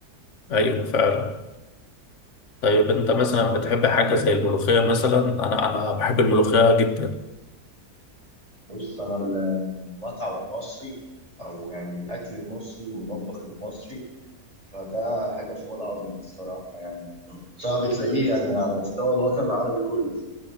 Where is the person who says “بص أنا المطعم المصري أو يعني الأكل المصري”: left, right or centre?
Right